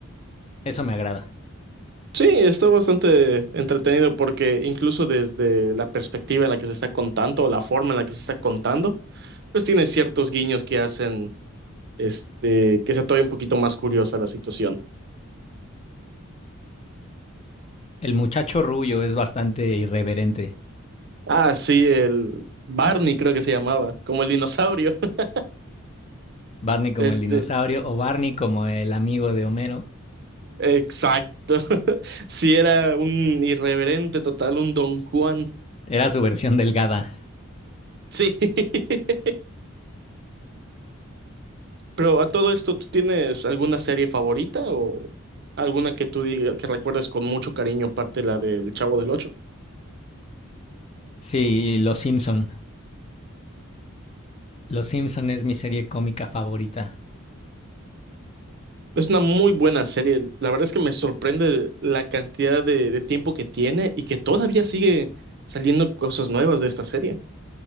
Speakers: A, on the left (about 30°); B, on the right (about 50°).
A: Eso me agrada.
B: Sí, está bastante entretenido porque incluso desde la perspectiva en la que se está contando o la forma en la que se está contando, pues tiene ciertos guiños que hacen este que sea todavía un poquito más curiosa la situación.
A: El muchacho rubio es bastante irreverente.
B: Ah, sí, el Barney creo que se llamaba, como el dinosaurio. <laughs>
A: Barney como
B: Este,
A: el dinosaurio o Barney como el amigo de Homero.
B: exacto. <laughs> Sí, era un irreverente total, un Don Juan.
A: Era su versión delgada.
B: Sí. <laughs> Pero a todo esto, ¿tú tienes alguna serie favorita o alguna que tú digas que recuerdes con mucho cariño, aparte de la del Chavo del Ocho?
A: Sí, Los Simpson. Los Simpson es mi serie cómica favorita. <laughs>
B: Es una muy buena serie. La verdad es que me sorprende la cantidad de, de tiempo que tiene y que todavía sigue saliendo cosas nuevas de esta serie.